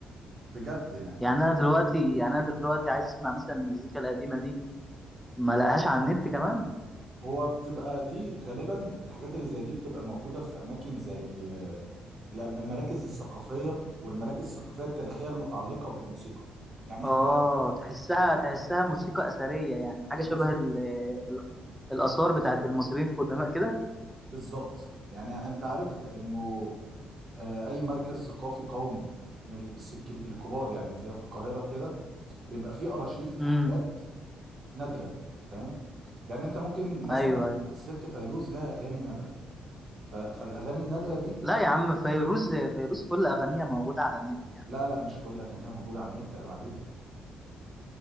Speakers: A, on the right; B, in the centre.
A: بجد يعني
B: يعني انا دلوقتي يعني انا دلوقتي عايز اسمع مثلا المزيكا القديمه دي ما لقاهاش على النت كمان
A: هو بتبقى دي غالبا الحاجات اللي زي دي بتبقى موجوده في اماكن زي آه، الأم- المراكز الثقافيه والمراكز الثقافيه التاريخيه المتعلقه بالموسيقى يعني
B: اه
A: انت
B: تحسها تحسها موسيقى اثريه يعني حاجه
A: آه، بز-
B: شبه ال ال الاثار بتاعت المصريين القدماء كده
A: بالظبط يعني انت عارف انه آه، اي مركز ثقافي قومي من- بس الكب- الكبار يعني زي في القاهره كده بيبقى فيه ارشيف
B: امم
A: لحاجات نادره فاهم يعني انت ممكن مثلا
B: ايوه ايوه
A: الست فيروز لها اغاني نادره ف... فالاغاني النادره دي
B: لا يا عم فيروز فيروز كل اغانيها موجوده على النت يعني
A: لا لا مش كل اغانيها موجوده على النت عيب عليك